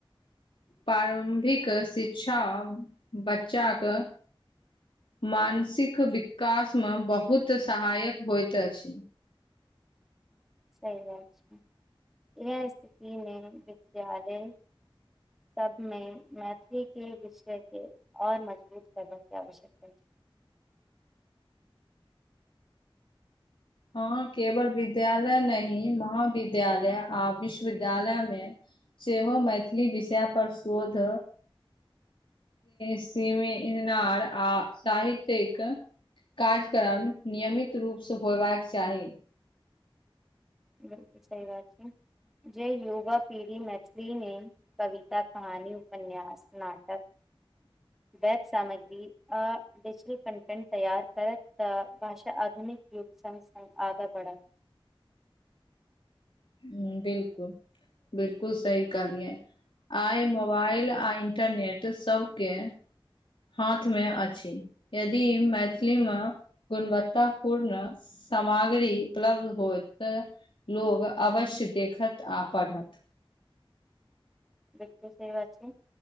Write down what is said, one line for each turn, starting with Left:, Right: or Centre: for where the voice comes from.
Left: प्रारम्भिक शिक्षा बच्चाके मानसिक विकास मे बहुत सहायक होइत अछि
Centre: सही बात छै इ स्थितिमे विद्यालय सबमे मैथिली के विषय के र मजबूत कर के आवश्यकता अछि
Left: हँ केवल विद्यालय नहीं महाविद्यालय आ विश्वविद्यालय मे सेहो मैथिली विषय पर शोध सिमिनार आ साहितिक कार्यक्रम नियमित रूपसँ होयबाक चाही
Centre: बिलकुल सही बात छै जे युवा पीढ़ी मैथिलीमे कविता, कहानी उपन्यास आ नाटक।
Left: <inaudible>
Centre: वेब सामग्री आ डिजिटल कन्टेन्ट तैयार करत त भाषा आधुनिक युग संस्थ आगा बढ़त
Left: ह बिलकुल बिलकुल सही कहलिये आइ मोबाइल आ इंटरनेट सबके हाथ मे अछि यदि मैथिली मे गुणवत्ता पूर्ण। सामग्री उपलब्ध होय त लोग अवश्य देखत आ पढ़त
Centre: बऽ,